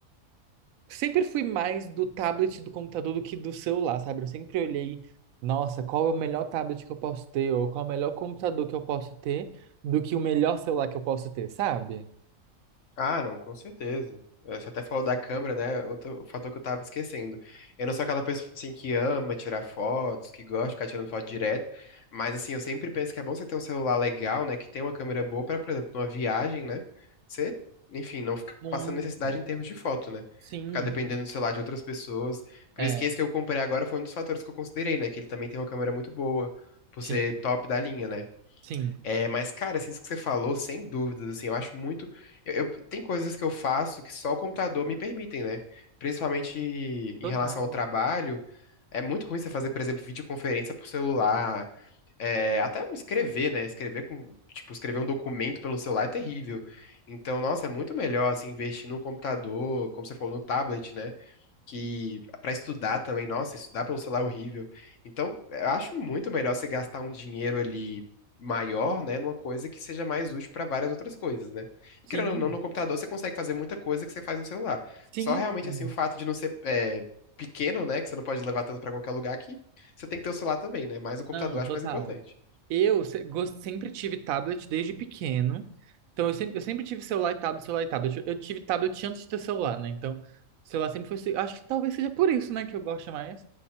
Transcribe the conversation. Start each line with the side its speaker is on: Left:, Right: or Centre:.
Right: sempre fui mais do tablet e do computador do que do celular, sabe? Eu sempre olhei, nossa, qual é o melhor tablet que eu posso ter, ou qual é o melhor computador que eu posso ter, do que o melhor celular que eu posso ter, sabe?
Left: Ah, não, com certeza. Eh, Você até falou da câmera, né? Outro fator que eu tava esquecendo. Eu não sou aquela pessoa assim que ama tirar fotos, que gosta de ficar tirando foto direto, mas assim, eu sempre penso que é bom você ter um celular legal, né, que tem uma câmera boa pra, por exemplo, numa viagem, né? Você, enfim, não ficar
Right: Muito.
Left: passando necessidade em termos de foto, né?
Right: Sim,
Left: Ficar dependendo do celular de outras pessoas. Por
Right: é,
Left: isso que esse que eu comprei agora foi um dos fatores que eu considerei, né, que ele também tem uma câmera muito boa, por
Right: sim,
Left: ser top da linha, né?
Right: sim,
Left: É, mas, cara, assim, isso que você falou, sem dúvidas, assim, eu acho muito. eu- eu- tem coisas que eu faço que só o computador me permitem, né? Principalmente em
Right: total.
Left: relação ao trabalho. É muito ruim você fazer, por exemplo, videoconferência por celular. é, até escrever, né? Escrever com. Tipo, escrever um documento pelo celular é terrível. Então, nossa, é muito melhor, assim, investir num computador, como você falou, no tablet, né? que para estudar também, nossa, estudar pelo celular é horrível. Então, eu acho muito melhor você gastar um dinheiro ali maior, né, numa coisa que seja mais útil para várias outras coisas, né? E querendo
Right: Sim,
Left: ou não, no computador você consegue fazer muita coisa que você faz no celular.
Right: sim,
Left: Só realmente
Right: sim.
Left: assim o fato de não ser é, pequeno, né, que você não pode levar tanto para qualquer lugar que você tem que ter o celular também, né? Mas o computador
Right: Não,
Left: eu
Right: total.
Left: acho mais importante.
Right: Eu se- gos- sempre tive tablet desde pequeno. Então, eu sempre, eu sempre tive celular e tablet, celular e tablet. Eu, eu tive tablet antes de ter celular, né? Então, celular sempre foi. Acho que talvez seja por isso, né, que eu gosto mais.